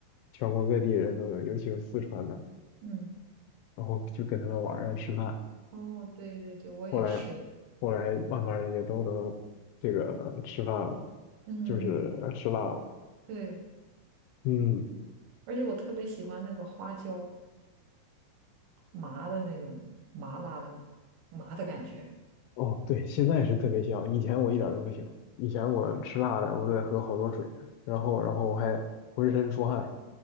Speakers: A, on the left (about 80°); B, on the right (about 75°).
A: 全国各地人都有，尤其是四川的。
B: 嗯，
A: 然后就跟他们玩儿啊吃饭。
B: 哦，对对对，我也是。
A: 后来，后来慢慢的也都能这个吃饭了，
B: 嗯，
A: 就是呃吃辣了。
B: 嗯嗯对。
A: 嗯，
B: 而且我特别喜欢那个花椒麻的那种麻辣的麻的感觉。
A: 哦，对，现在是特别香，以前我一点儿都不行。以前我吃辣的，我得喝好多水，然后然后我还浑身出汗，